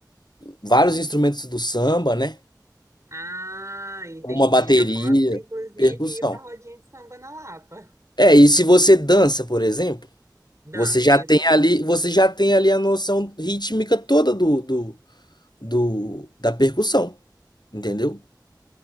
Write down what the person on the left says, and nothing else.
vários instrumentos do samba, né?
Uma bateria,
percussão.
É, e se você dança, por exemplo,
você já
tem ali, você já tem ali a noção rítmica toda do, do, do- da percussão, entendeu?